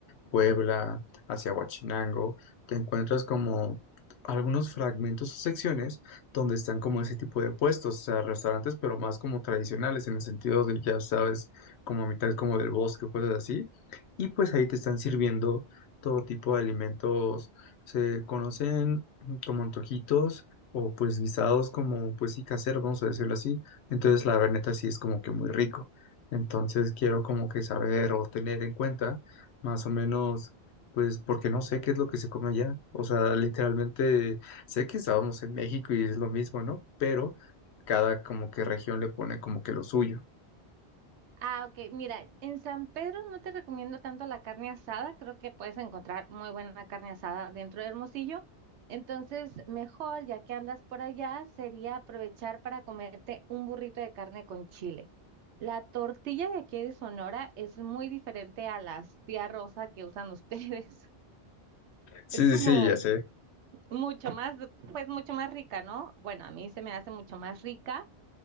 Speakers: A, on the left; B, on the right.
A: Puebla, hacia Huachinango, te encuentras como algunos fragmentos o secciones donde están como ese tipo de puestos, o sea, restaurantes, pero más como tradicionales en el sentido de, ya sabes, como a mitad como del bosque, cosas así. Y pues ahí te están sirviendo todo tipo de alimentos. Se conocen como antojitos o pues guisados como pues sí caseros, vamos a decirlo así. Entonces la verdad neta sí es como que muy rico. Entonces quiero como que saber o tener en cuenta más o menos pues porque no sé qué es lo que se come allá. O sea, literalmente sé que estábamos en México y es lo mismo, ¿no? Pero cada como que región le pone como que lo suyo.
B: Ah, ok. Mira, en San Pedro no te recomiendo tanto la carne asada. Creo que puedes encontrar muy buena carne asada dentro de Hermosillo. Entonces, mejor, ya que andas por allá, sería aprovechar para comerte un burrito de carne con chile. La tortilla de aquí de Sonora es muy diferente a las tía rosa que usan ustedes. <laughs>
A: Sí,
B: Es como
A: sí, sí, ya sé.
B: mucho más, pues mucho más rica, ¿no? Bueno, a mí se me hace mucho más rica.